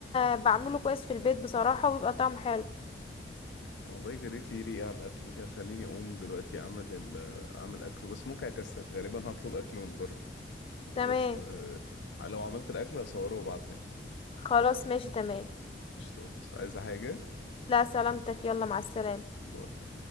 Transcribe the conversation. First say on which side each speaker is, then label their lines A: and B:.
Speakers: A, on the left; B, on the left.
A: بعمله كويس في البيت بصراحه وبيبقى طعمه حلو
B: والله جريت لي ريقي على الاكل انت هتخليني اقوم دلوقتي اعمل ال... اعمل اكل بس ممكن اكسل غالبا هطلب اكل من بره بس
A: تمام
B: آه، لو عملت الاكل هصوره وابعتلك
A: خلاص ماشي تمام
B: قشطات عايزه حاجه
A: لا سلامتك يلا مع السلامه
B: باي